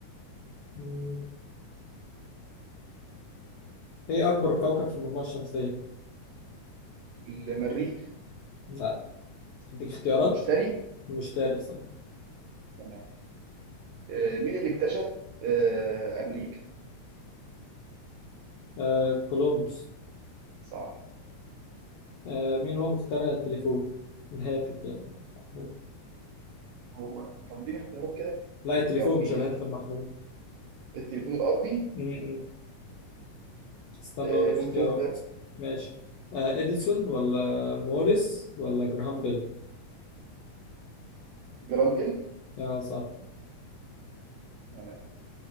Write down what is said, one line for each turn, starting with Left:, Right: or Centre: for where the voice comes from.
Left: مم. ايه أكبر كوكب في المجموعة الشمسية؟
Right: المريخ
Left: لا اديك اختيارات
Right: المشتري
Left: المشتري صح
Right: تمام آه، مين اللي اكتشف آه، أمريكا؟
Left: آه. كولومبوس
Right: صح
Left: آه. مين هو مخترع التليفون؟ الهاتف يعني المحمول
Right: هو طب اديني اختيارات كده
Left: لا التليفون
Right: لو في
Left: مش الهاتف
Right: يعني
Left: المحمول
Right: التليفون الارضي
Left: آه. استنى
Right: آه،
Left: اقول لك
Right: قول
Left: اختيارات
Right: كده اختيارات
Left: ماشي آه اديسون ولا موريس ولا جراهام بيل
Right: جرام بيل
Left: اه صح
Right: تمام